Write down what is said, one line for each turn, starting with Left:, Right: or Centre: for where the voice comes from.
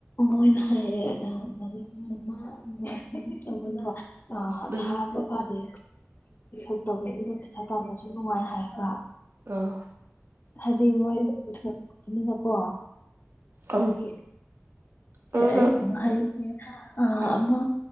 Left: ꯃꯣꯏꯅ ꯍꯥꯏꯔꯛ ꯑꯦ ꯑꯦꯛꯁꯇꯦꯟꯁꯟ ꯇꯧꯕꯩꯗꯣ
Right: ꯅꯪ
Left: ꯊꯥ ꯑꯃꯥ ꯐꯗꯦ ꯇꯧꯕ ꯑꯗꯨꯅ ꯄꯩꯁꯥ ꯇꯥꯟꯕꯁꯨ ꯅꯨꯡꯉꯥꯏ ꯍꯥꯏꯔꯒ
Right: ꯑꯥ
Left: ꯍꯥꯏꯗꯤ ꯃꯣꯏ ꯏꯒꯄ
Right: ꯑꯧ
Left: ꯗꯗꯒꯤ
Right: ꯑꯗꯨꯅ
Left: ꯑꯩ <inaudible> ꯑ
Right: ꯍꯥꯏꯔꯣ
Left: ꯑ